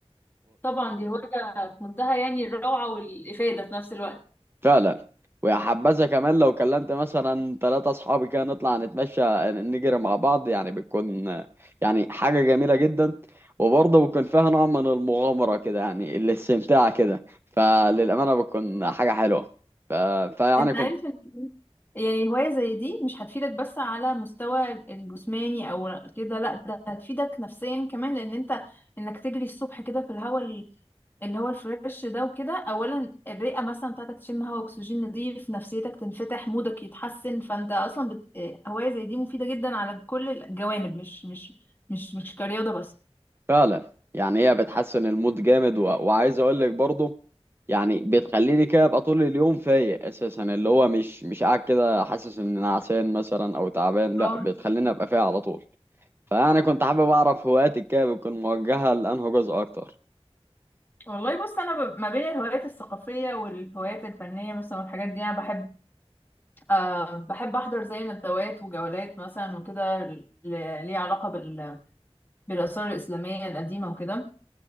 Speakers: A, on the left (about 20°); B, on the right (about 20°).
A: طبعا دي هواية في منتهى يعني الروعة والإفادة في نفس الوقت
B: فعلا ويا حبذا كمان لو كلمت مثلا ثلاثة أصحابي كده نطلع نتمشى نجري مع بعض يعني بتكون آه، يعني حاجة جميلة جدا وبرضه بتكون فيها نوع من المغامرة كده يعني الاستمتاع كده فللأمانة بتكون حاجة حلوة ف... فيعني
A: انت
B: كنت
A: عارف ان يعني هواية زي دي مش هتفيدك بس على مستوى الجسماني او كده لا ده هتفيدك نفسيا كمان لان انت انك تجري الصبح كده في الهواء ال- اللي هو الفريش ده وكده اولا الرئة مثلا بتاعتك تشم هواء اكسجين نضيف نفسيتك تنفتح مودك يتحسن فانت اصلا بت... هواية زي دي مفيدة جدا على كل الجوانب مش مش مش مش كرياضة بس
B: فعلا يعني هي بتحسن المود جامد و... وعايز أقول لك برضه يعني بتخليني كده أبقى طول اليوم فايق أساسا اللي هو مش مش قاعد كده حاسس إن أنا عسان مثلا أو تعبان لأ
A: اه
B: بتخليني أبقى فايق على طول فانا كنت حابب اعرف هواياتك كده بتكون موجهه لانه جزء اكتر
A: والله بص انا ب- ما بين الهوايات الثقافيه والهوايات الفنيه مثلا والحاجات دي انا بحب آه بحب احضر زي ندوات وجولات مثلا وكده ل- ليه علاقه بال بالاثار الاسلاميه القديمه وكده